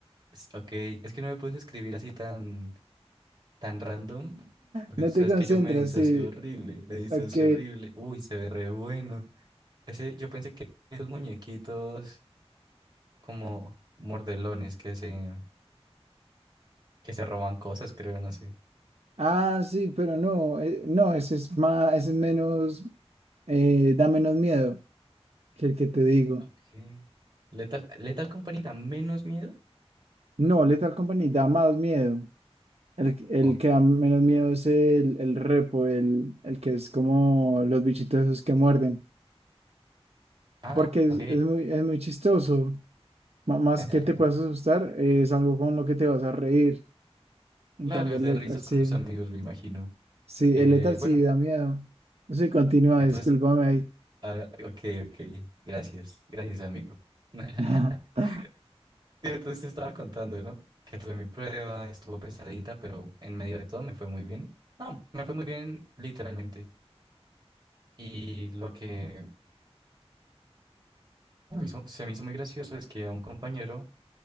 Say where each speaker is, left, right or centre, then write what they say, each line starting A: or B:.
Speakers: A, on the right (about 45°); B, on the right (about 70°).
A: es- ok, es que no me puedes escribir así tan, tan random, porque
B: No
A: tú sabes
B: te concentras,
A: que yo me disocio
B: sí.
A: horrible, me disocio
B: Ok.
A: horrible. Uy, se ve re bueno. Ese, yo pensé que esos muñequitos como mordelones que se, que se roban cosas, creo, no sé.
B: Ah, sí, pero no, eh, no, ese es más, ese es menos. Eh, da menos miedo que el que te digo.
A: Ok. Lethal, Lethal Company da menos miedo.
B: No, Lethal Company da más miedo. El, que- el
A: Ok.
B: que da menos miedo es el, el repo, el, el que es como los bichitos esos que muerden.
A: Ah,
B: Porque es,
A: ok.
B: es muy, es muy chistoso. M- más
A: <laughs>
B: que te puedas asustar, eh, es algo con lo que te vas a reír. En
A: Claro,
B: cambio,
A: es
B: el
A: de
B: Lethal
A: risas con
B: sí.
A: los amigos, me imagino.
B: Sí,
A: Eh,
B: el Lethal
A: bueno,
B: sí da miedo. Sí, continúa,
A: entonces,
B: discúlpame ahí.
A: ah, ok, ok. Gracias, gracias, amigo. <laughs>
B: <laughs>
A: Sí, Entonces te estaba contando, ¿no? Que tuve mi prueba, estuvo pesadita, pero en medio de todo me fue muy bien. No, me fue muy bien literalmente. Y lo que me hizo- se me hizo muy gracioso es que a un compañero,